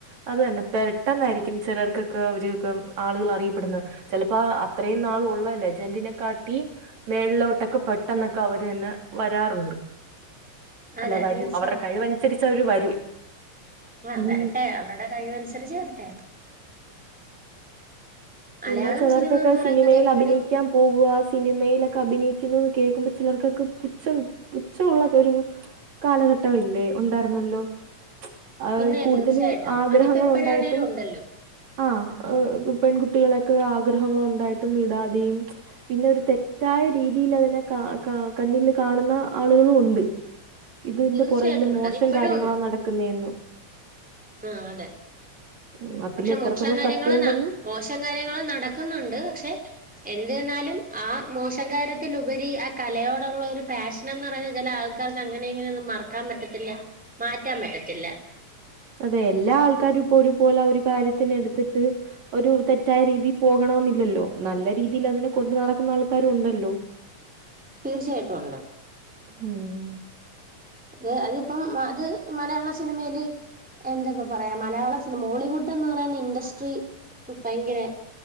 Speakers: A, on the right (about 65°); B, in the centre.
A: അത് തന്നെ പെട്ടെന്നായിരിക്കും ചിലർക്കൊക്കെ അവരൊക്കെ ആളുകള് അറിയപ്പെടുന്നത് ചിലപ്പേ അ ഇത്രയും
B: ഉം
A: നാള് ഉള്ള ലെജ ന്റീനക്കാട്ടിം മേളിലോട്ടൊക്കെ പെട്ടെന്നൊക്കെ അവര് തന്നെ വരാറുണ്ട് അല്ല
B: അതെ
A: വരും
B: തീർച്ചയായിട്ടും
A: അവരുടെ കഴിവനുസരിച്ച് അവര് വരും
B: ആ
A: ഇനി
B: വരട്ടെ അവരുടെകഴിവ് അനുസരിച്ച് വരട്ടെ
A: പിന്നെ
B: മലയാളം
A: ചെലർക്കൊക്കെ
B: സിനിമ എന്ന് പറയുന്നത്
A: സിനിമയിൽ
B: എപ്പോഴും
A: അഭിനയിക്കാം ഉവ്വ് ആ സിനിമയിലൊക്കെ അഭിനയിക്കുന്നുന്ന് കേൾക്കുമ്പോ ചിലർക്കൊക്കെ പുച്ഛം പുച്ഛവുള്ള ഒരു കാലഘട്ടവല്ലേ ഉണ്ടായിരുന്നല്ലോ ആഹ്
B: പിന്നെ
A: കൂടുതലും
B: തീർച്ചയായിട്ടും
A: ആഗ്രഹങ്ങൾ
B: അതിപ്പോ എപ്പോഴാണേലും
A: ഉണ്ടായിട്ടും
B: ഉണ്ടല്ലോ
A: ആഹ് ആ <inaudible> കുട്ടികളൊക്കെ ആഗ്രഹങ്ങളൾ ഉണ്ടായിട്ടും വിടാതെയും പിന്നെ ഒരു തെറ്റായ രീതിൽ അതിനെ കാ കാ കണ്ണിൽ കാണുന്ന ആളുകളും ഉണ്ട് ഇതിന്റെ
B: തീർച്ചയായിട്ടും
A: പുറകില്
B: ഉണ്ട്
A: മോശം
B: അതിപ്പോഴും
A: കാര്യങ്ങളാ നടക്കുന്നേന്ന്.
B: ആഹ് അതെ
A: ഉം അതിൽ
B: പക്ഷെ
A: എത്രത്തോളം
B: മോശം കാര്യങ്ങൾ
A: സത്യം ഉണ്ടെന്ന്
B: ന മോശം കാര്യങ്ങള് നടക്കുന്നുണ്ട്. പക്ഷെ എന്ത്തന്നായാലും ആ മോശംകാര്യത്തിലുപരി ആ കലയോടുള്ള ഒരു പാഷൻ എന്തെന്ന് പറഞ്ഞ ചില ആൾക്കാർക്ക് അങ്ങനെ ഇങ്ങനെയൊന്നും മറക്കാൻ പറ്റത്തില്ല മാറ്റാൻ പറ്റത്തില്ല
A: അതെ എല്ലാ ആൾക്കാരും ഇപ്പോ ഒരുപോലെ ഒരു കാര്യത്തിന് എടുത്തിട്ട് ഒരു തെറ്റായ രീതി പോകണോന്നില്ലല്ലോ നല്ല രീതിയിൽ അതിനെ കൊണ്ടു നടക്കുന്ന ആൾക്കാരു ഉണ്ടല്ലോ.
B: തീർച്ചയായിട്ടും ഉണ്ട്
A: ഉംഉം
B: <unintelligible> അതിപ്പം അത് മലയാള സിനിമയില് എന്തിപ്പം പറയാ മലയാള സിനിമ മോ ളിവുഡ് എന്ന് പറയുന്ന ഇൻഡസ്ട്രി ഭയങ്കര